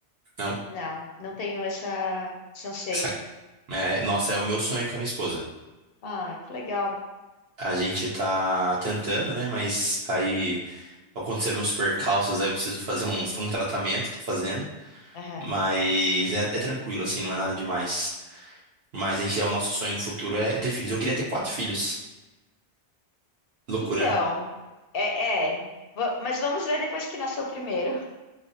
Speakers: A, on the right; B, on the left.
A: Não.
B: não, não tenho essa, esse anseio.
A: Sabe? É, nossa, é o meu sonho com a minha esposa.
B: Ah, que legal.
A: A gente tá tentando, né? Mas aí. Aconteceram uns percalços, aí eu preciso fazer um, um tratamento, tô fazendo.
B: Aham.
A: Mas é, é tranquilo, assim, não é nada demais. Mas a gente, é o nosso sonho no futuro é é ter filhos. Eu queria ter quatro filhos. Loucura,
B: Então,
A: né?
B: é, é, va- mas vamos ver depois que nasceu o primeiro.